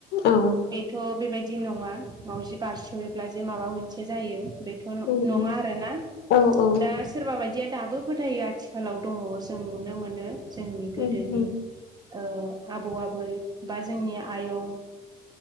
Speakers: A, on the left (about 75°); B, on the right (about 25°).
A: औ
B: बेथ बेबायदि नङा मावाजि बारस'योब्ला जे माबा मोनसे जायो। बेथ न--नङा
A: उम उम
B: आरोना
A: औ औ
B: दा माबायदिया दाबो फोथायो आथिखालाव दङ जों नुनो मोनो। जोंनि गोदोनि
A: उम उम
B: ओ आबौ आबै बा जोंनि आयं